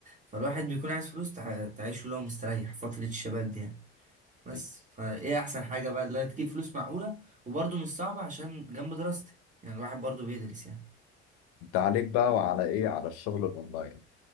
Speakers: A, on the right; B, on the left.
A: فالواحد بيكون عايز فلوس تع- تعيشه اللي هو مستريح فتره الشباب دي يعني بس
B: انت
A: فايه احسن حاجه بقى اللي هي تجيب فلوس معقوله وبرضه مش صعبه عشان جنب دراستي يعني الواحد برضه بيدرس يعني
B: انت عليك بقى وعلى ايه على الشغل الاونلاين